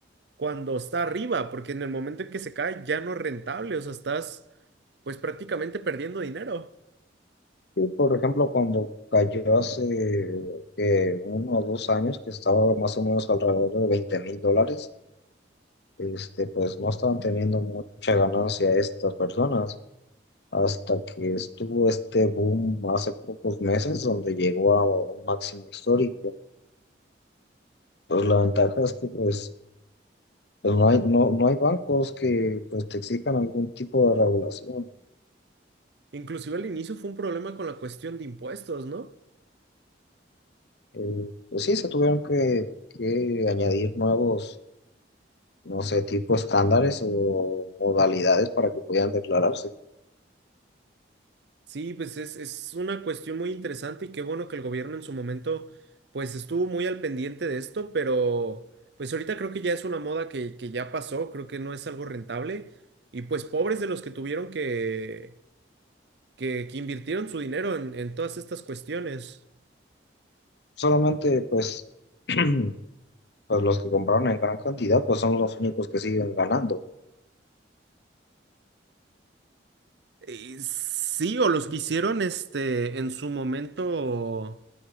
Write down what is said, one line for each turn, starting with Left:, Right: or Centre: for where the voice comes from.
Right: cuando está arriba, porque en el momento en que se cae ya no es rentable, o sea, estás pues prácticamente perdiendo dinero.
Left: Sí, por ejemplo, cuando cayó hace eh, uno o dos años, que estaba más o menos alrededor de veinte mil dólares, este, pues no estaban teniendo mucha ganancia estas personas, hasta que estuvo este boom hace pocos meses, donde llegó a un máximo histórico. Pues la ventaja es que pues, pues no hay, no, no hay bancos que pues, te exijan algún tipo de regulación.
Right: Inclusive al inicio fue un problema con la cuestión de impuestos, ¿no?
Left: Eh, pues sí, se tuvieron que, que añadir nuevos no sé, tipo estándares o modalidades para que pudieran declararse.
Right: Sí, pues es, es una cuestión muy interesante y qué bueno que el gobierno en su momento pues estuvo muy al pendiente de esto, pero pues ahorita creo que ya es una moda que, que ya pasó, creo que no es algo rentable y pues pobres de los que tuvieron que, que, que invirtieron su dinero en, en todas estas cuestiones.
Left: Solamente, pues, <clears throat> pues los que compraron en gran cantidad, pues son los únicos que siguen ganando.
Right: Eh, Sí, o los que hicieron este en su momento.